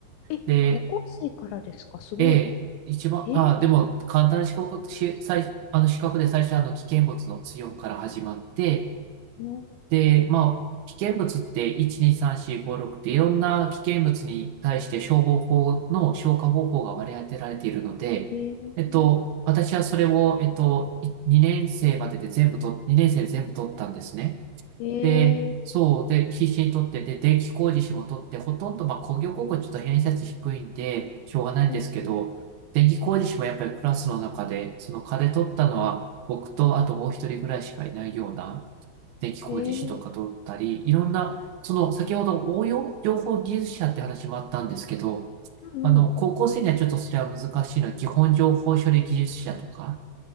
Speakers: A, on the left; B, on the right.
A: え、
B: で
A: 高校生からですかすごい。
B: ええ、一番、
A: えー。
B: あ、でも、簡単な資格、し、最、あの、資格で最初は、あの、危険物の強から始まって、
A: うん
B: で、まあ、危険物って1、2、3、4、5、6っていろんな危険物に対して消防法の消火方法が割り当てられているので、
A: えー。
B: えっと、私はそれを、えっと、2年生までで全部と、2年生で全部取ったんですね。
A: えー。
B: で、そう、で、必死に取って、で、電気工事士も取って、ほとんど、まあ、工業高校ちょっと偏差値低いんで、しょうがないんですけど、
A: うん
B: 電気工事士もやっぱりクラスの中で、
A: うん
B: その課で取ったのは、僕と、あともう一人ぐらいしかいないような、電気工事士とか取ったり、
A: えー。
B: いろんな、その、先ほど応用情報技術者って話もあったんですけど、
A: うんうん。
B: あの、高校生にはちょっとそれは難しいのは、基本情報処理技術者とか、